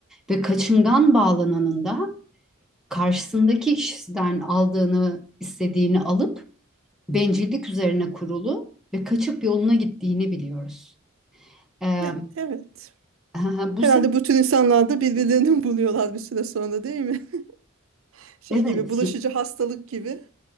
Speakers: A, in the centre; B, on the right (about 75°).
A: Ve kaçıngan bağlananın da karşısındaki kişiden aldığını, istediğini alıp bencillik üzerine kurulu ve kaçıp yoluna gittiğini biliyoruz. Ee,
B: Ya evet.
A: <laughs> bu
B: Herhalde
A: sefer
B: bütün insanlar da birbirlerini <laughs> buluyorlar bir süre sonra değil mi? <laughs> Şey
A: evet
B: gibi bulaşıcı hastalık gibi